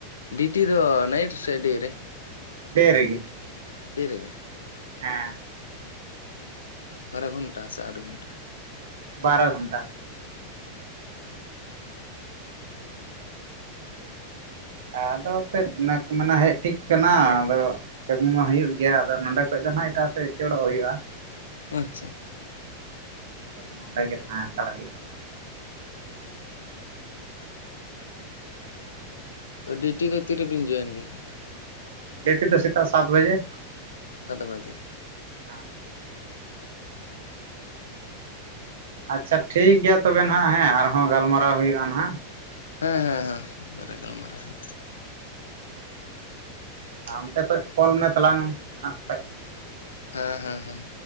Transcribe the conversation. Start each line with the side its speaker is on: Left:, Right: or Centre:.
Left: ᱰᱤᱴᱤ ᱫᱚ ᱱᱟᱭᱤᱴ ᱥᱮ ᱰᱮ ᱨᱮ?
Right: ᱰᱮ ᱨᱮᱜᱮ
Left: ᱰᱮ ᱨᱮᱜᱮ
Right: ᱦᱮᱸ
Left: ᱵᱟᱨᱚ ᱜᱷᱚᱱᱴᱟ ᱥᱮ ᱟᱴ ᱜᱷᱚᱱᱴᱟ?
Right: ᱵᱟᱨᱚ ᱜᱷᱚᱱᱴᱟ
Left: ᱦᱸᱢ
Right: ᱟᱫᱚ ᱥᱮᱫ ᱱᱟᱠ ᱢᱟᱱᱟ ᱦᱮᱡ ᱴᱷᱤᱠ ᱠᱟᱱᱟ ᱟᱫᱚ ᱠᱟᱹᱢᱤ ᱢᱟ ᱦᱩᱭᱩᱜ ᱜᱮᱭᱟ ᱟᱫᱚ ᱱᱚᱸᱰᱮ ᱠᱷᱚᱡ ᱫᱚ ᱱᱟᱦᱟᱜ ᱤᱴᱟᱜ ᱥᱮᱫ ᱩᱪᱟᱹᱲᱚᱜ ᱦᱩᱭᱩᱜ-ᱟ
Left: ᱟᱪᱪᱷᱟ
Right: ᱱᱚᱸᱰᱮ ᱜᱮ ᱛᱟᱸᱦᱮ ᱦᱟᱛᱟᱲ ᱦᱩᱭᱩᱜ-ᱟ
Left: ᱛᱚ ᱰᱤᱴᱤ ᱫᱚ ᱛᱤᱨᱮᱵᱤᱱ ᱡᱚᱭᱮᱱ ᱜᱮᱭᱟ?
Right: ᱰᱤᱴᱤ ᱫᱚ ᱥᱮᱛᱟᱜ ᱥᱟᱛ ᱵᱟᱡᱮ
Left: ᱥᱟᱛ ᱵᱟᱡᱮ
Right: ᱦᱩᱸ ᱟᱪᱪᱷᱟ ᱴᱷᱤᱠ ᱜᱮᱭᱟ ᱛᱚᱵᱮ ᱱᱟᱦᱟᱜ ᱦᱮ ᱟᱨᱦᱚᱸ ᱜᱟᱞᱢᱟᱨᱟᱣ ᱦᱩᱭᱩᱜ-ᱟ ᱱᱟᱦᱟᱜ
Left: ᱦᱮᱸ ᱦᱮᱸ ᱦᱮᱸ ᱯᱚᱨᱮ ᱜᱟᱞᱢᱟᱨᱟᱣ ᱦᱩᱭᱩᱜ-ᱟ
Right: ᱴᱷᱤᱠ ᱟᱢ ᱛᱮ ᱠᱷᱚᱡ ᱠᱚᱞ ᱢᱮ ᱛᱟᱞᱟᱝ ᱦᱟᱸᱜ ᱠᱷᱟᱡ
Left: ᱦᱮᱸ ᱦᱮᱸ ᱦᱮᱸ